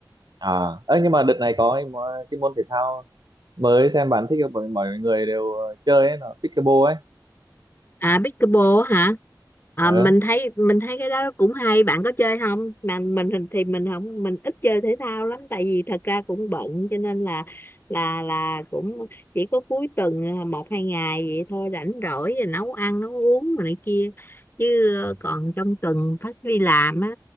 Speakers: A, on the right; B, on the left.
A: à ơ nhưng mà đợt này có cái, mó- cái môn thể thao mới xem bạn thích không? mọi, mọi người đều ờ, chơi ấy là pickleball ấy
B: à pickleball hả à,
A: ờ
B: mình thấy mình thấy cái đó cũng hay bạn có chơi không mà mình thì thì mình không mình ít chơi thể thao lắm tại vì thật ra cũng bận cho nên là là là cũng chỉ có cuối tuần ờ, một hai ngày vậy thôi rảnh rỗi rồi nấu ăn nấu uống rồi này kia chứ ờ, còn trong tuần phải đi làm á